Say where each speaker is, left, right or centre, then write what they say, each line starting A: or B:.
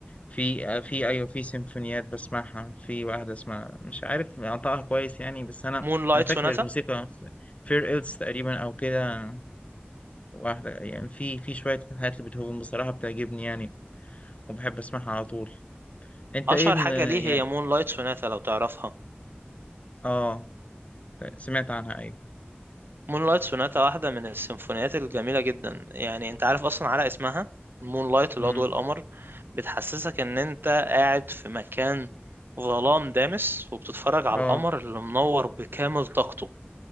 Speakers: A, on the left; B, on the right.
A: في آه، في ايوه في سيمفونيات بسمعها في واحدة اسمها مش عارف انطقها كويس يعني بس انا
B: مون لايت
A: انا فاكر
B: سوناتا
A: الموسيقى فير إلز تقريبا او كده واحدة يعني في في شوية حاجات لبيتهوفن بصراحة بتعجبني يعني وبحب اسمعها على طول انت
B: اشهر
A: ايه إن-
B: حاجه ليه
A: يعني
B: هي مون لايت سوناتا لو تعرفها
A: اه سمعت عنها ايوه
B: مون لايت سوناتا واحده من السيمفونيات الجميله جدا يعني انت عارف اصلا على اسمها مون لايت اللي
A: امم
B: هو ضوء القمر بتحسسك ان انت قاعد في مكان ظلام دامس وبتتفرج على
A: اه
B: القمر اللي منور بكامل طاقته